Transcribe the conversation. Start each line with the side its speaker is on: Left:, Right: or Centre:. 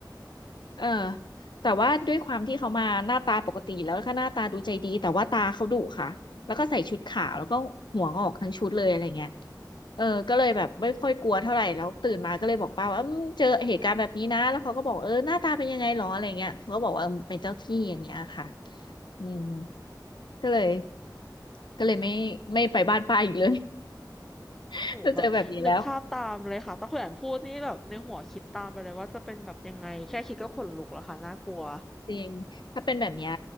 Left: เออแต่ว่าด้วยความที่เขามาหน้าตาปกติแล้วก็หน้าตาดูใจดีแต่ว่าตาเขาดุค่ะแล้วก็ใส่ชุดขาวแล้วก็หัวงอกทั้งชุดเลยอะไรเงี้ยเออก็เลยแบบไม่ค่อยกลัวเท่าไหร่แล้วตื่นมาก็เลยบอกป้าว่าเอมเจอเหตุการณ์แบบนี้นะแล้วเขาก็บอกเออหน้าตาเป็นยังไงหรออะไรเงี้ยเขาก็บอกว่าเออเป็นเจ้าที่อย่างเงี้ยค่ะอืมก็เลย ก็เลยไม่ไม่ไปบ้านป้าอีกเลย <laughs>
Centre: โหแบบนึกภาพตามเลยค่ะตต่คุณแอมพูดนี่แบบในหัวคิดตามไปเลยว่าจะเป็นแบบยังไงแค่คิดก็ขนลุกแล้วค่ะน่ากลัว
Left: ถ้าเจอแบบนี้แล้วจริงถ้าเป็นแบบเนี้ย